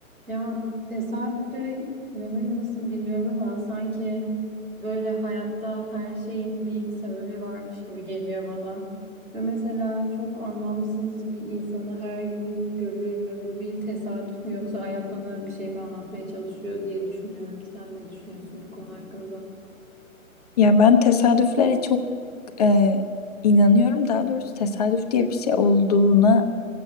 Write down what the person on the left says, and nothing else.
Ya ben tesadüflere çok e, inanıyorum. Daha doğrusu tesadüf diye bir şey olduğuna